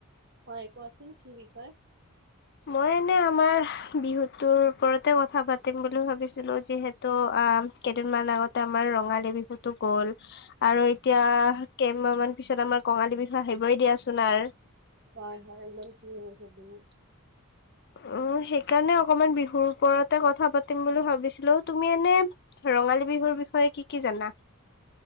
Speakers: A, on the right; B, on the left.
A: হয় কোৱাচোন কি বিষয়?
B: মই এনেই আমাৰ বিহুটোৰ ওপৰতে কথা পাতিম বুলি ভাবিছিলো, যিহে ত' আ কেইদিনমান আগতে আমাৰ ৰঙালী বিহুতো গ'ল। আৰু এতিয়া কেইমাহ মান পিছত আমাৰ কঙালী বিহু আহিবই দিয়াচোন আৰ।
A: হয় হয় একদম ঠিকে কৈছা তুমি।
B: উম, সেইকাৰণে অকমান বিহুৰ ওপৰতে কথা পাতিম বুলি ভাবিছিলো, তুমি এনে ৰঙালী বিহুৰ বিষয়ে কি কি জানা?